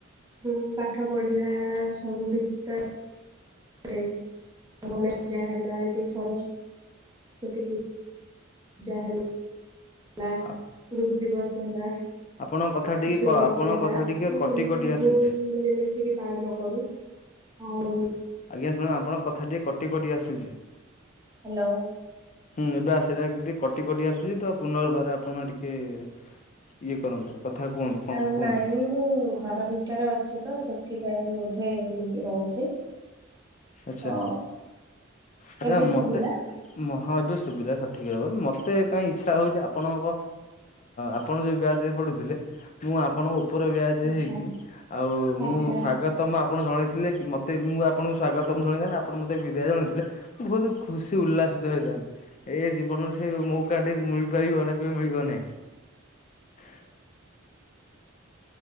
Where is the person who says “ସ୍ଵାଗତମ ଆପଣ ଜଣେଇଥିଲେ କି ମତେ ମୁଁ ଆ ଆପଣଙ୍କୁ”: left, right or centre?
Left